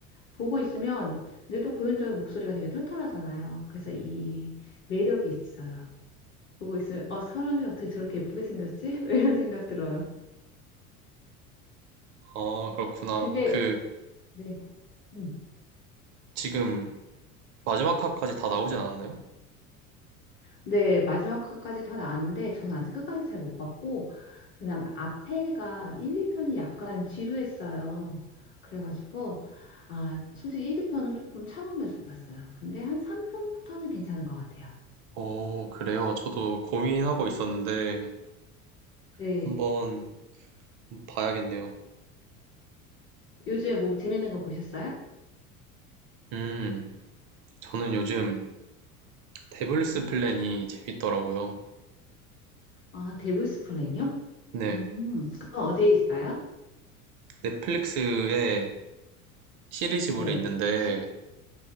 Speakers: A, on the left (about 25°); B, on the right (about 45°).
A: 보고 있으면, 근데 또 고윤정의 목소리가 되게 털털하잖아요. 그래서 이 매력이 있어요. 보고 있으면, 어, 사람이 어떻게 저렇게 예쁘게 생겼지? <laughs> 이런 생각 들어요.
B: 아, 그렇구나.
A: 근데
B: 그
A: 네. 음.
B: 지금 마지막 화까지 다 나오지 않았나요?
A: 네, 마지막까지 다 나왔는데 전 아직 끝까지 잘 못 봤고 그다음 앞에가 1, 2편이 약간 지루했어요. 그래가지고 아, 솔직히 1, 2편은 조금 참으면서 봤어요. 근데 한 3편부터는 괜찮은 것 같아요.
B: 어, 그래요. 저도 고민하고 있었는데,
A: 네.
B: 한번 봐야겠네요.
A: 요즘에 뭐 재밌는 거 보셨어요?
B: 음, 저는 요즘 데블스 플랜이 재밌더라고요.
A: 아, 데블스 플랜이요?
B: 네,
A: 음, 그건 어디에 있어요?
B: 넷플릭스에 시리즈물에
A: 네.
B: 있는데
A: 시,